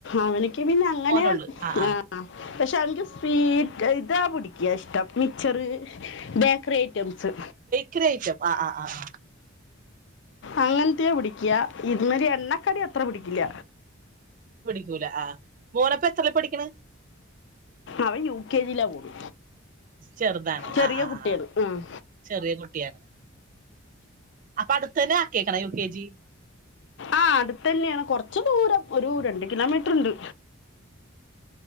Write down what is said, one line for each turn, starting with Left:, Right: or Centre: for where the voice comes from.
Left: അവനിക്ക് പിന്നെ അങ്ങനെ
Right: മോനുള്ളു ആ ആ
Left: ആഹ് പക്ഷെ അവൻക്ക്. സ്വീറ്റ് ഇതാ പുടിക്കാ ഇഷ്ടം. മിച്ചെറ് ബേക്കറി ഐറ്റംസ്.
Right: ക്രി അയിറ്റം ആഹ് ആഹ് ആഹ്.
Left: അങ്ങനത്തെയാ പിടിക്ക ഇതിമ്മല്എണ്ണക്കടി അത്ര പിടിക്കില്ല.
Right: പിടിക്കൂല ആഹ് മോനപ്പോ എത്രെലാ പഠിക്കിണ?
Left: അവൻ യു കെ ജിയിലാ പോണ്.
Right: ചെറുതാണ്
Left: ചെറിയ
Right: ആ ആ
Left: കുട്ടിയാണ്.
Right: ആ
Left: ആഹ്
Right: ചെറിയ കുട്ടിയ. അപ്പൊ അടുത്തെന്നെ ആക്കിയെക്കണോ യു കെ ജി?
Left: ആഹ് അടുത്തന്നെയാണ് കൊർച്ച് ദൂരം ഒരു രണ്ട് കിലോമീറ്റ്ർ ണ്ട്.